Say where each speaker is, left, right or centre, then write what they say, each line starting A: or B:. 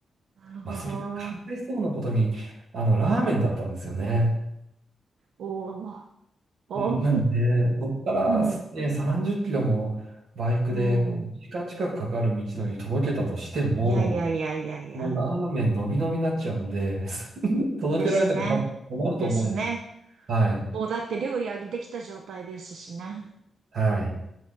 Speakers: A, on the right (about 90°); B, on the right (about 65°).
A: なるほど。
B: まあ、それがかわいそうなことに、あの、ラーメンだったんですよね。
A: おーおー。
B: んなので、そこからね、
A: <laughs>
B: 30キロもバイクでこう1時間近くかかる道のり届けたとしても、
A: うん。うん。いやいやいやいやいや。
B: もうラーメンのびのびになっちゃうんで、<laughs> 届けられても多分困ると思うんで。
A: ですね。ですね。
B: はい。
A: もうだって料理はできた状態ですしね。
B: はい。